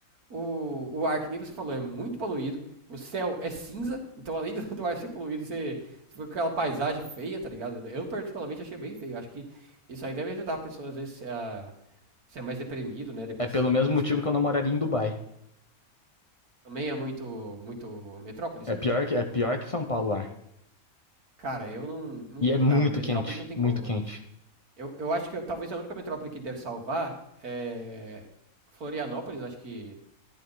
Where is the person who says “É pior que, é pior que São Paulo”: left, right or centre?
Left